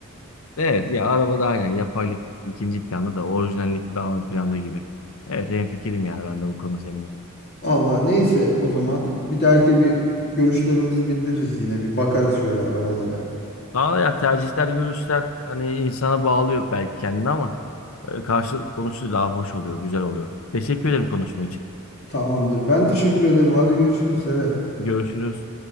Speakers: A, on the left; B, on the left.
A: Evet ya arabada aynen yapaylık ikinci planda da orijinallik daha ön planda gibi. Evet hemfikirim yani ben de bu konu seninle.
B: Allah neyse o zaman bir dahaki bir görüşlerimizi bildiririz yine bir bakarız şöyle arabalara.
A: Daha ya tercihler, görüşler hani insana bağlıyor belki kendini ama e, karşı konuşunca daha hoş oluyor, güzel oluyor. Teşekkür ederim konuşma için.
B: Tamamdır. Ben teşekkür ederim. Hadi görüşürüz Serhat.
A: Görüşürüz.